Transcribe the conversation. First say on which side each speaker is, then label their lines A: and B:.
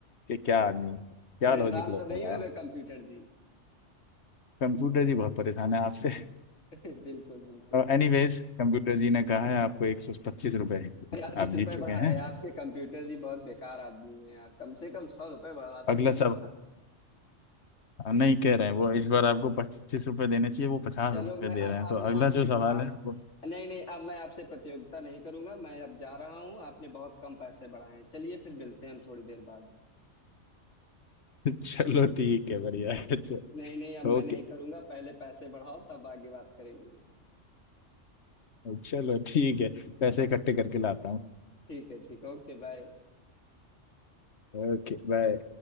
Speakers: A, on the left; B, on the left.
A: कि क्या आदमी है क्या
B: परेशान
A: लॉजिक लगाया
B: तो नहीं होगा
A: है।
B: कंप्यूटर जी
A: कंप्यूटर जी बहुत परेशान है आपसे
B: <laughs> बिल्कुल बिल्कुल
A: एनीवेज कंप्यूटर जी ने कहा है आपको एक सौ पच्चीस रुपये
B: अरे आप तीस
A: आप जीत
B: रुपए
A: चुके
B: बढ़ाए
A: हैं
B: आपके कंप्यूटर जी बहुत बेकार आदमी है यार कम से कम सौ रुपए बढ़ाते
A: अगला
B: ठीक
A: सब
B: था
A: नहीं कह रहे हैं वो इस बार आपको पच्चीस रुपये देने चाहिए वो पचास
B: चलो
A: रुपये
B: मैं
A: दे
B: अब
A: रहे हैं
B: अब
A: तो अगला
B: मैं आपसे
A: जो सवाल
B: आ,
A: है वो
B: नहीं नहीं अब मैं आपसे प्रतियोगिता नहीं करूंगा मैं अब जा रहा हूँ आपने बहुत कम पैसे बढ़ाए हैं चलिए फिर मिलते हैं थोड़ी देर बाद
A: <laughs> चलो ठीक है बढ़िया है चलो
B: नहीं नहीं अब मैं
A: ओके
B: नहीं करूंगा पहले पैसे बढ़ाओ तब आगे बात करेंगे
A: चलो ठीक है पैसे इकट्ठे
B: ठीक
A: करके लाता हूँ
B: ठीक है ठीक Okay bye
A: Okay bye